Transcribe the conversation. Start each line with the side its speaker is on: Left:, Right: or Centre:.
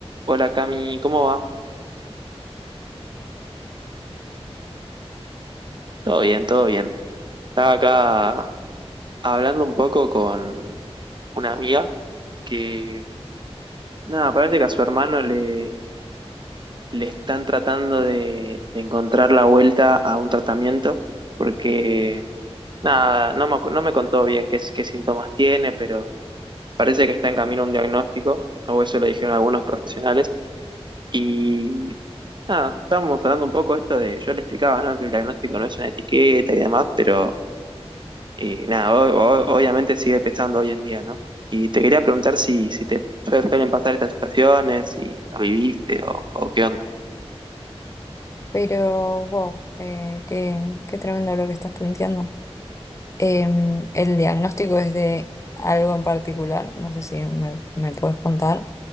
Right: Hola Cami, ¿cómo va? Todo bien, todo bien. Estaba acá hablando un poco con una amiga que, nada, parece que a su hermano le, le están tratando de, de encontrar la vuelta a un tratamiento, porque, nada, no me, acu- no me contó bien qué, s- qué síntomas tiene, pero parece que está en camino a un diagnóstico, o eso le dijeron algunos profesionales. Y, nada, estábamos hablando un poco esto de, yo le explicaba, ¿no? Que el diagnóstico no es una etiqueta y demás, pero... Y nada, o- o- obviamente sigue pesando hoy en día, ¿no? Y te quería preguntar si, si te su- suelen pasar estas situaciones, si lo viviste o, o qué onda.
Left: Pero, wow, eh, qué, qué tremendo lo que estás planteando. Em, el diagnóstico es de algo en particular, no sé si me, me puedes contar,